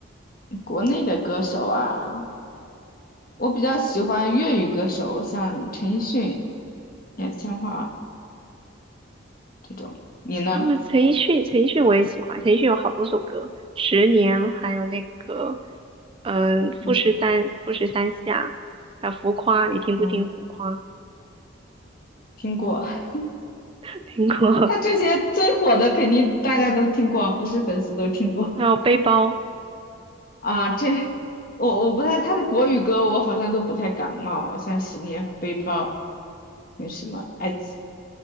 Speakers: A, on the left; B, on the right.
A: 国内的歌手啊，我比较喜欢粤语歌手，像陈奕迅、杨千嬅这种。你呢？
B: 啊，陈奕迅，陈奕迅我也喜欢，陈奕迅有好多首歌，《十年》，还有那个，嗯、富士山，
A: 嗯
B: 富士山下，还有浮夸，你听不听浮夸？
A: 嗯，听过。<laughs>
B: <laughs> 听过。
A: 他这些最火的肯定大家都听过，不是粉丝都听过
B: 还有背包，
A: <laughs> 啊。这我我不太，他的国语歌我好像都不太感冒，像《十年》和《背包》，有什么《爱情